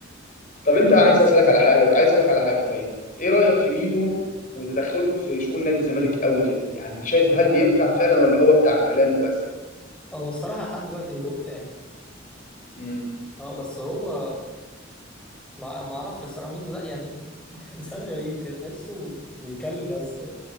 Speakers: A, on the left; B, in the centre.
A: طب
B: الدنيا
A: انت
B: بايظة
A: عايز اسالك على حاجه عايز اسالك
B: اه
A: على حاجه طيب ايه رايك في ميدو وتدخله في شؤون نادي الزمالك قوي كده يعني انت شايفه هل بينفع فعلا ولا هو بتاع كلام وبس
B: هو الصراحة لحد دلوقتي بق يعني
A: امم
B: اه بس هو ما ما اعرفش الصراحة ميدو ده يعني <laughs> انسان غريب كده تحسه بيتكلم بس